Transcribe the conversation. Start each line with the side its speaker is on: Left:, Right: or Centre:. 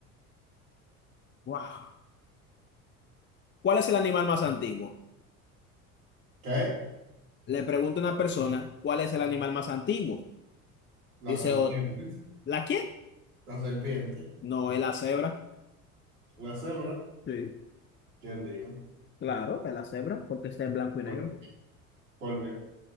Left: Wow. ¿Cuál es el animal más antiguo?
Right: ¿Qué?
Left: Le pregunta una persona, ¿cuál es el animal más antiguo?
Right: Las
Left: Dice,
Right: serpientes,
Left: "Oh, ¿la qué?
Right: la serpiente,
Left: No, es la cebra.
Right: la cebra.
Left: Sí,
Right: ¿Quién dijo?
Left: claro, es la cebra, porque está en blanco y
Right: ¿Por
Left: negro,
Right: qué? ¿Por qué?